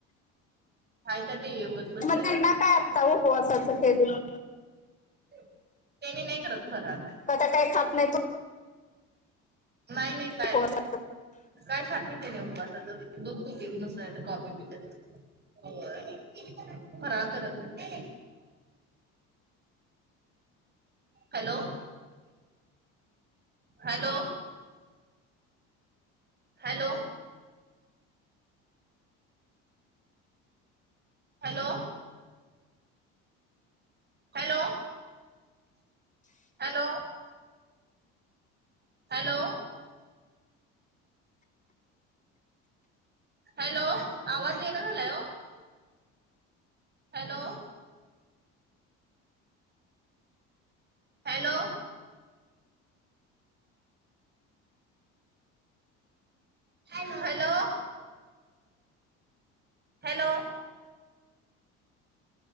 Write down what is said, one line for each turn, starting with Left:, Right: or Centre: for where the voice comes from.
Right: हाय त्या टीव्ही बघत बसलेला
Left: मग त्यांना काय आता उपवासाचं केलेलं?
Right: त्यानी नाही करतं फराळ काय.
Left: म त्या काय खात नाहीत
Right: नाही मी काय,
Left: उपवास
Right: काय खात नाही तेनी उपवासाचं. दूध पित्यात नुसतं नाही तर कॉपी पित्यात. होय फराळ करत नाहीत ते. Hello hello hello hello hello, hello hello hello, आवाज येईना झालाय ओ. Hello hello hello, hello hello